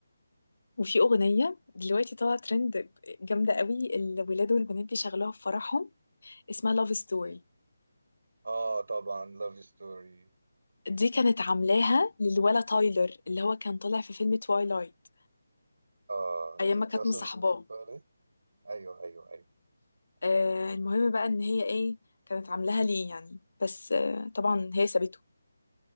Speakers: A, on the left (about 75°); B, on the right (about 60°).
A: وفي أغنية دلوقتي طالعة ترند جامدة قوي الولاد والبنات بيشغلوها في فرحهم اسمها لاف ستوري
B: مم. اه طبعا لاف ستوري
A: دي كانت عاملاها للولا تايلر اللي هو كان طالع في فيلم توايلايت
B: اه انت
A: أيام
B: انت
A: ما كانت
B: اصلا
A: مصاحباه
B: بتقولي؟ ايوه ايوه ايوه
A: آه المهم بقى إن هي إيه كانت عاملاها ليه يعني بس آه طبعا هي سابته